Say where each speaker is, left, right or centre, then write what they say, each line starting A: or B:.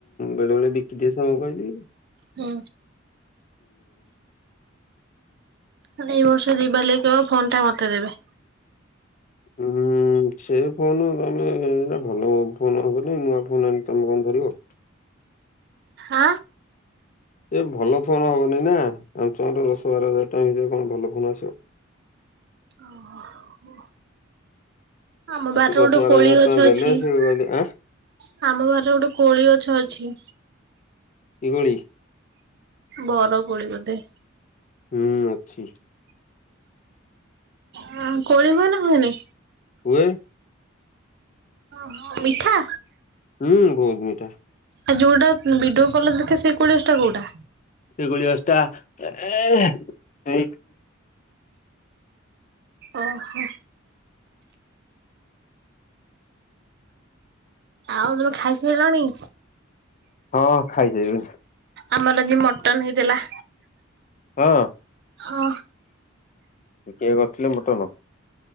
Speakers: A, on the left; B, on the right.
A: ବେଳେ ବେଳେ ବିକିଦିଏ ସେ ମୋବାଇଲି
B: ହୁଁ ତାହେଲେ ଏଇ ବର୍ଷ ଦୀବାଲିରେ ତ ଫୋନ ଟା ମତେ ଦେବେ।
A: ହୁଁ ସେ ଫୋନ ତମେ ଭଲ ଫୋନ ଆବନ ନୂଆ ଫୋନ ଆଣ ତମେ କଣ ଧରିବ?
B: ଆ
A: ଏ ଭଲ ଫୋନ ହବନି ନା ଆମଙ୍କର ଦଶ ବାର ହଜାର ଟଙ୍କା ଭିତରେ କଣ ଭଲ ଫୋନ ଆସିବ।
B: ଓୋ ହୋ ଆମ
A: ତାକୁ
B: ବାହରେ
A: ଦଶ
B: ଗୋଟେ
A: ବାର
B: କୋଳି
A: ହଜାର
B: ଗଛ
A: ଟଙ୍କା ଦେଲେ
B: ଅଛି ଆମ
A: ସେ କହିଲେ ଆଁ
B: ବାରିରେ ଗୋଟେ କୋଳି ଗଛ ଅଛି।
A: ହୁଗୁଳୀ
B: ବରକୋଳି ବୋଧେ?
A: ହୁଁ ଅଛି।
B: ହଁ କୋଳି ହୁଏ ନା ହୁଏନି?
A: ହୁଏ।
B: ଓହୋ ମିଠା
A: ହୁଁ ବହୁତ ମିଠା।
B: ଆଉ ଯୋଉଟା ଭିଡିଓ କଲରେ ଦେଖେ ସେଇ କୋଳି ଏସ ଟା କୋଉଟା?
A: ସେ କୋଳି ବସ୍ତା ଏ
B: ଓହୋ ଆଉ ତୋର ଖାଇସାଇଲଣି?
A: ହଁ ଖାଇସାରିଲୁଣି।
B: ଆମର ଆଜି ମଟନ ହେଇଥିଲା।
A: ହଁ
B: ହଁ
A: କିଏ କରିଥିଲେ ମଟନ